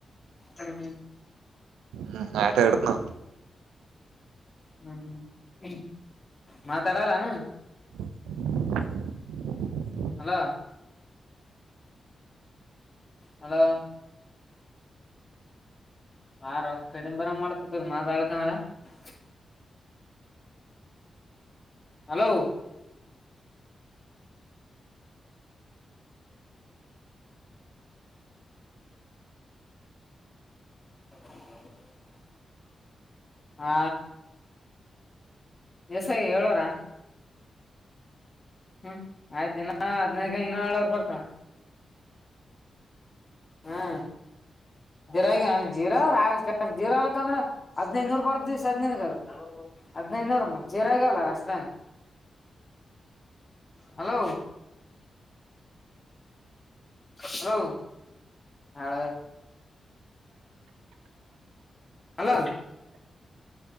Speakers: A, on the left (about 40°); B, on the right (about 90°).
A: ಹ
B: ಹ್ಮ್ ಆಯಟ ಇಡನ್ನಾ
A: ಹ್ಮ್ ಹ್ಮ್ ಮಾತಡಲ್ಲಾನ
B: <inaudible>
A: ಹಲೋ ಹಲೋ ಆ ರೋಕ್ಕ ಕಡಿಮ ಬರಂಗ ಮಾಡ್ತತದ ಮಾತಾಡ್ಕಂತ <unintelligible> ಹಲೋ <inaudible> ಹಾ ಎಸ್ಐಗೆ ಹೇಳೋ ನಾ ಹ್ಮ್ ಆಯ್ತ ದಿನ ಹದ್ನೈದಕ ಹಳುರ್ ಬರ್ತ ಹಾ ಜೀರಾಗಿ ಜೀರ ಆ ಜೀರಾಕ್ಂದ್ರೆ ಹದ್ೈದುನೂರ್ ಬರ್ದ ದಿವ್ಸ ಹದ್ಿನನ್ಗ ಹದ್ಿನೈದನೂರ ಮತ್ ಜೀರಾಗಲ್ಲ ಅಷ್ಟ ಹಲೋ ಹಲೋ ಹಳ ಹಲೋ